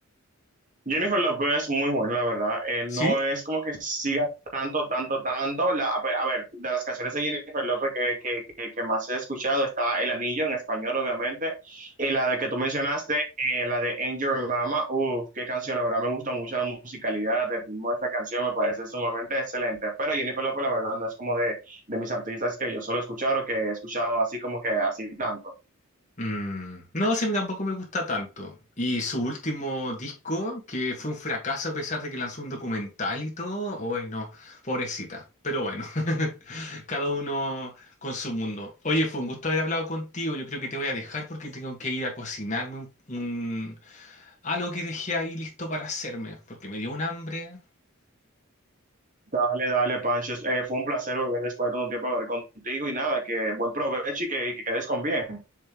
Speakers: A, on the right; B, on the left.
A: Jennifer López es muy buena, la verdad. Eh, no
B: <laughs>
A: es
B: ¿Sí?
A: como que siga tanto, tanto, tanto. La, a ver, a ver, de las canciones de Jennifer López que, que, que, que más he escuchado está El Anillo en español, obviamente. Y la de que tú mencionaste, eh, la de Angel Mama, uff, qué canción, la verdad me gusta mucho la musicalidad, el ritmo de esta canción me parece sumamente excelente. Pero Jennifer López, la verdad, no es como de, de mis artistas que yo solo he escuchado o que he escuchado así como que así tanto.
B: Mm, no, sí, a tampoco me gusta tanto. Y su último disco, que fue un fracaso a pesar de que lanzó un documental y todo, hoy no, pobrecita. Pero bueno, <laughs> cada uno con su mundo. Oye, fue un gusto haber hablado contigo. Yo creo que te voy a dejar porque tengo que ir a cocinarme un, un- algo que dejé ahí listo para hacerme, porque me dio un hambre.
A: Dale, dale, Pancho. Eh, fue un placer volver después de todo un tiempo a hablar contigo y nada, que buen provecho y que, y que quedes con bien.